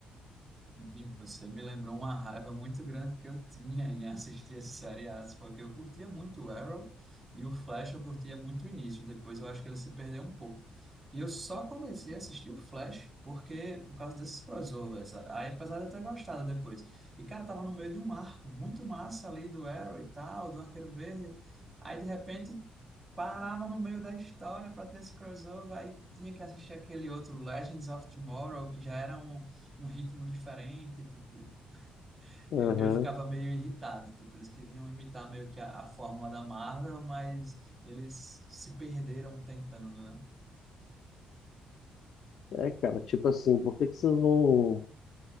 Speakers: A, on the right (about 20°); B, on the left (about 65°).
A: E você me lembrou uma raiva muito grande que eu tinha em assistir esses seriados, porque eu curtia muito o Arrow e o Flash eu curtia muito o início, depois eu acho que ele se perdeu um pouco. E eu só comecei a assistir o Flash porque por causa desses crossovers. Aí, apesar de eu ter gostado depois. E, cara, tava no meio de um arco muito massa ali do Arrow e tal, do Arqueiro Verde. Aí, de repente, parava no meio da história para ter esse crossover. Aí tinha que assistir aquele outro Legends of Tomorrow, que já era um um ritmo diferente, tipo,
B: Aham.
A: eu, eu ficava meio irritado, tipo, eles queriam imitar meio que a, a fórmula da Marvel, mas eles se perderam tentando, né?
B: É, cara, tipo assim, por que que vocês não